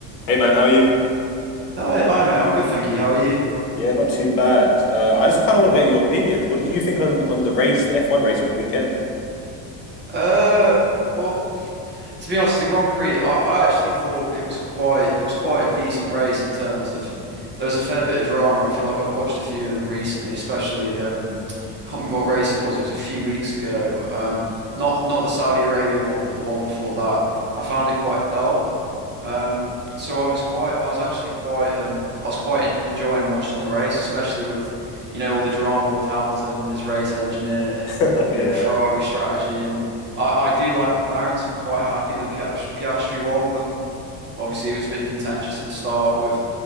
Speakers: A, on the left; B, on the right.
A: Hey man, how are you?
B: Hi, hi, mate. I'm good, thank you. How are you?
A: Yeah, not too bad. Uh, I just kind of want to get your opinions. What did you think on, on the race, the F1 race on the weekend?
B: Uh, well, to be honest, the Grand Prix, I, I actually thought it was quite it was quite a decent race in terms of there was a fair bit of drama. I feel like I've watched a few of them recently, especially um, can't remember what race it was. It was a few weeks ago. Um, not not the Saudi Arabia one, but the one before that. I found it quite dull. Um, so I was quite, I was actually quite, um, I was quite en- enjoying watching the race, especially with, you know, all the drama with Hamilton and his race engineer,
A: <laughs>
B: you
A: Yeah.
B: know, the Ferrari strategy, and I, I do like McLaren, so I'm quite happy that Piast Piastri won, but obviously it was a bit contentious at the start with